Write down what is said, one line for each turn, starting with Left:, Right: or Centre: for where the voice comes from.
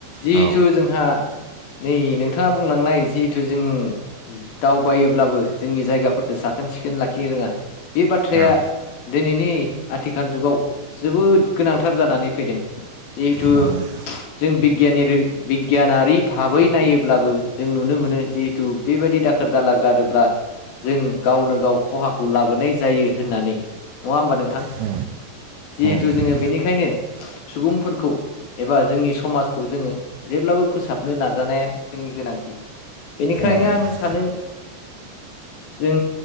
Left: जिहेथु
Right: औ
Left: जोंहा नै नोंथाङा बुंलांनाय जिहेथु जों दावबायोब्लाबो जोंनि जायगाफोरखौ साखोन सिखोन लाखिनो रोङा बे बाथ्राया
Right: औ औ
Left: दिनैनि आथिखाल जुगाव जोबोद गोनांथार जानानै फैदों जिहेथु
Right: नोंथां
Left: जों बिगियान बिगियानारि भाबै नायोब्लाबो जों नुनो मोनो जिहेथु बेबायदि दाखोर दाला गारोब्ला जों गावनो गाव खहाखौ लाबोनाय जायो होननानै नङा होमबा नों
Right: औ
Left: जिहेथु
Right: नोंथां
Left: जोङो बेनिखायनो सुबुंफोरखौ एबा जोंनि समाजखौ जोङो जेब्लाबो फोसाबनो नाजानाया जोंनि गोनांथि बेनिखायनो
Right: औ नोंथां
Left: आं सानो जों